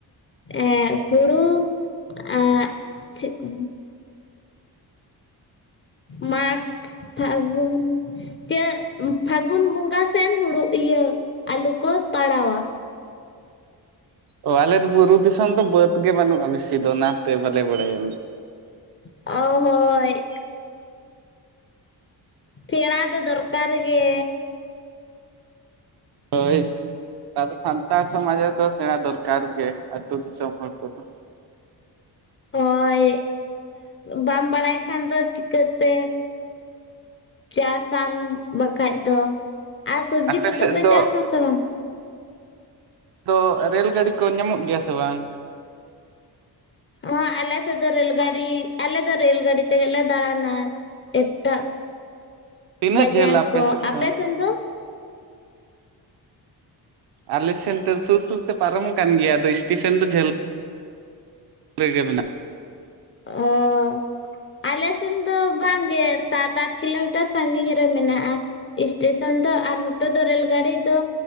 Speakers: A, on the left; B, on the right.
A: ᱮᱜ ᱦᱩᱲᱩ ᱟᱨ ᱪᱮᱫ ᱠᱚ ᱢᱟᱜᱽ, ᱯᱷᱟᱹᱜᱩᱱ ᱪᱟᱹ ᱯᱷᱟᱹᱜᱩᱱ ᱵᱚᱸᱜᱟ ᱥᱮᱱ ᱦᱩᱲᱩ ᱤᱭᱟᱹ ᱟᱞᱩ ᱠᱚ ᱛᱟᱲᱟᱣᱟ᱾
B: ᱚ ᱟᱞᱮ ᱫᱚ ᱵᱩᱨᱩ ᱫᱤᱥᱚᱢ ᱫᱚ ᱵᱟᱹᱫᱽ ᱜᱮ ᱵᱟᱹᱱᱩᱜᱼᱟ ᱵᱮᱥᱤ ᱫᱚ ᱚᱱᱟᱛᱮ ᱵᱟᱞᱮ ᱵᱟᱲᱟᱭᱟ᱾
A: ᱚ ᱦᱳᱭ ᱛᱷᱮᱲᱟ ᱫᱚ ᱫᱚᱨᱠᱟᱨ ᱜᱮ᱾
B: ᱦᱳᱭ ᱟᱵᱚ ᱥᱟᱱᱛᱟᱲ ᱥᱚᱢᱟᱡᱽ ᱨᱮ ᱫᱚ ᱥᱮᱬᱟ ᱫᱚᱨᱠᱟᱨ ᱜᱮ, ᱟᱹᱛᱩ ᱫᱤᱥᱚᱢ ᱦᱚᱲ ᱠᱚᱫᱚ᱾
A: ᱦᱳᱭ ᱵᱟᱢ ᱵᱟᱲᱟᱭ ᱠᱷᱟᱱ ᱫᱚ ᱪᱤᱠᱟᱹᱛᱮ ᱪᱟᱥᱟᱢ ᱵᱟᱠᱷᱟᱡ ᱫᱚ, ᱟᱨ ᱥᱚᱵᱽᱡᱤ
B: ᱟᱯᱮ
A: ᱠᱚᱫᱚᱯᱮ
B: ᱥᱮᱫ ᱫᱚ
A: ᱪᱟᱥᱟᱥᱮ ᱵᱟᱝ?
B: ᱛᱚ ᱨᱮᱹᱞ ᱜᱟᱹᱰᱤ ᱠᱚ ᱧᱟᱢᱚᱜ ᱜᱮᱭᱟ ᱥᱮ ᱵᱟᱝ?
A: ᱦᱚᱸ ᱟᱞᱮ ᱥᱮᱫ ᱫᱚ ᱨᱮᱹᱞ ᱜᱟᱰᱤ, ᱟᱞᱮ ᱫᱚ ᱨᱮᱹᱞ ᱜᱟᱹᱰᱤ ᱛᱮᱜᱮᱞᱮ ᱫᱟᱬᱟᱱᱟ᱾ ᱮᱴᱟᱜ
B: ᱛᱤᱱᱟᱹᱜ
A: ᱵᱟᱡᱟᱨ
B: ᱡᱷᱟᱹᱞᱟ ᱟᱯᱮ
A: ᱠᱚ,
B: ᱥᱮᱫ ᱠᱷᱚᱱ
A: ᱟᱯᱮᱥᱮᱱ ᱫᱚ?
B: ᱟᱞᱮ ᱥᱮᱱ ᱛᱮ ᱥᱩᱨ ᱥᱩᱨ ᱛᱮ ᱯᱟᱨᱚᱢ ᱟᱠᱟᱱ ᱜᱮᱭᱟ ᱟᱫᱚ ᱥᱴᱮᱥᱮᱱ ᱫᱚ ᱡᱷᱟᱹᱞ ᱞᱟᱹᱭ ᱜᱮ ᱢᱮᱱᱟᱜ
A: <unintelligible> ᱟᱞᱮ ᱥᱮᱱ ᱫᱚ ᱵᱟᱝᱜᱮ ᱥᱟᱛ ᱟᱴ ᱠᱤᱞᱳᱢᱤᱴᱟᱨ ᱥᱟᱺᱜᱤᱧ ᱨᱮ ᱢᱮᱱᱟᱜ-ᱟ᱾ ᱥᱴᱮᱥᱚᱱ ᱫᱚ ᱟᱨ ᱱᱚᱛᱮ ᱫᱚ ᱨᱮᱞ ᱜᱟᱲᱤ ᱫᱚ